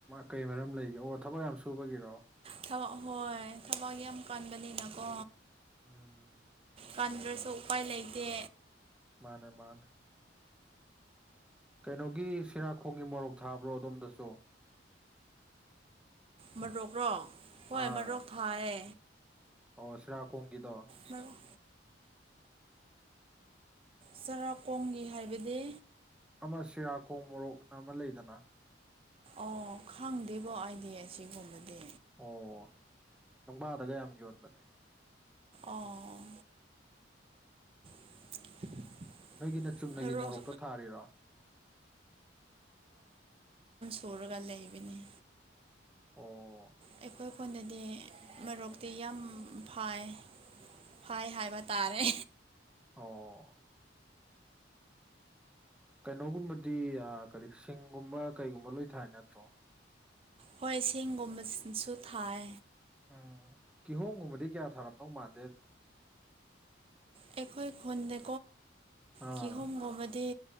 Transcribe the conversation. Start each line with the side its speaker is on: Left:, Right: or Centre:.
Centre: ꯀꯩ ꯃꯔꯝ ꯂꯩꯒꯦ ꯑꯣ ꯊꯕꯛ ꯌꯥꯝ ꯁꯨꯕꯒꯤꯔꯣ
Right: ꯊꯕ ꯍꯣꯏ ꯊꯕꯛ ꯌꯥꯝ ꯀꯥꯟꯕꯅꯤꯅꯀꯣ
Centre: ꯎꯝ
Right: ꯀꯥꯟꯗ꯭ꯔꯁꯨ ꯎꯄꯥꯏ ꯂꯩꯇꯦ
Centre: ꯃꯥꯅꯦ ꯃꯥꯅꯦ ꯀꯩꯅꯣꯒꯤ ꯁꯤꯔꯥꯈꯣꯡꯒꯤ ꯃꯣꯔꯣꯛ ꯊꯥꯕ꯭ꯔꯣ ꯑꯗꯣꯝꯗꯁꯨ
Right: ꯃꯔꯣꯛꯔꯣ ꯍꯣꯏ
Centre: ꯑꯥ
Right: ꯃꯔꯣꯛ ꯐꯥꯌꯦ
Centre: ꯑꯣ ꯁꯔꯥꯈꯣꯡꯒꯤꯗꯣ
Right: ꯃꯔꯣꯛ ꯆꯔꯥꯛꯀꯣꯡꯒꯤ ꯍꯥꯏꯕꯗꯤ
Centre: ꯑꯃ ꯁꯤꯔꯥꯈꯣꯡ ꯃꯣꯔꯣꯛꯅ ꯑꯃ ꯂꯩꯗꯅ
Right: ꯑꯣ ꯈꯪꯗꯦꯕꯣ ꯑꯩꯗꯤ ꯑꯁꯤꯒꯨꯝꯕꯗꯤ
Centre: ꯑꯣ ꯅꯨꯡꯕꯥꯗꯒ ꯌꯥꯝ ꯌꯣꯟꯕꯅꯦ
Right: ꯑꯣ <inaudible>
Centre: ꯅꯣꯏꯒꯤꯅ ꯆꯨꯝꯅꯒꯤ
Right: ꯃꯔꯣꯛ
Centre: ꯃꯣꯔꯣꯛꯇ ꯊꯥꯔꯤꯔꯣ
Right: ꯆꯣꯔꯒ ꯂꯩꯕꯅꯤ
Centre: ꯑꯣ
Right: ꯑꯩꯈꯣꯏ ꯀꯣꯟꯗꯗꯤ ꯃꯔꯣꯛꯇꯤ ꯌꯥꯝ ꯐꯥꯏ ꯐꯣꯏ ꯍꯥꯏꯕ ꯇꯥꯔꯦ
Centre: ꯑꯣ ꯀꯩꯅꯣꯒꯨꯝꯕꯗꯤ ꯀꯔꯤ ꯁꯤꯡꯒꯨꯝꯕ ꯀꯩꯒꯨꯝꯕ ꯂꯣꯏ ꯊꯥꯏ ꯅꯠꯇ꯭ꯔꯣ
Right: ꯍꯣꯏ ꯆꯦꯡꯒꯨꯝꯕꯁꯨ ꯊꯥꯏ
Centre: ꯎꯝ ꯀꯤꯍꯣꯝꯒꯨꯝꯕꯗꯤ ꯀꯌꯥ ꯊꯥꯔꯛꯄꯧ ꯃꯥꯦ
Right: ꯑꯩꯈꯣꯏ ꯈꯣꯟꯗ
Centre: ꯑꯥ
Right: ꯀꯤꯍꯣꯝꯒꯨꯝꯕꯗꯤ